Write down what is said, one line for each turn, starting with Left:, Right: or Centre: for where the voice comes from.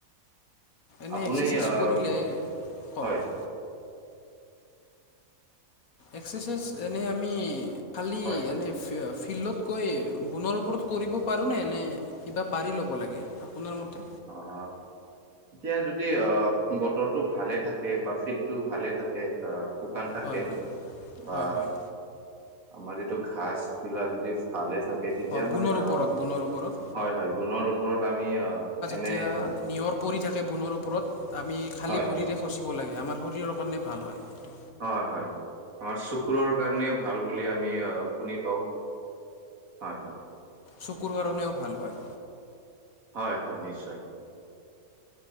Left: এনেই
Right: আপুনি
Left: এক্সাৰচাইজ
Right: আহ
Left: কৰিলে কওক
Right: হয়
Left: এক্সাৰচাইজ এনে আমি খালি
Right: হয় হয়
Left: এনে ফিঅ ফি ফিল্ডত গৈ বুনৰ ওপৰত কৰিব পাৰোঁনে নে কিবা পাৰি ল'ব লাগে আপোনাৰ মতে।
Right: অ অ এতিয়া যদি আহ বতৰটো ভালে থাকে বা ফিল্ডটো ভালে থাকে আহ শুকান থাকে
Left: হয় হয়
Right: বা
Left: হয় হয়
Right: আমাৰ যিটো ঘাচবিলাক যদি ভালে থাকে। কে তেতিয়া
Left: হয় বুনৰ
Right: মানে
Left: ওপৰত
Right: অ
Left: বুনৰ ওপৰত
Right: হয় হয় গুণৰ ওপৰত আমি অ এনে
Left: এতিয়া
Right: অ',
Left: নিয়ৰ পৰি থাকে বুণৰ ওপৰত আমি খালী
Right: হয়,
Left: ভৰিৰে
Right: হয়,
Left: খচিব লাগে আমাৰ শৰীৰৰ কাৰণে ভাল হয় সেইটো
Right: হয় হয় আমাৰ চকুৰৰ কাৰণেও ভাল বুলি আমি অ শুনি পাওঁ। হয় হয়।
Left: চকুৰ কাৰণেও ভাল হয়।
Right: হয় হয় নিশ্চয়।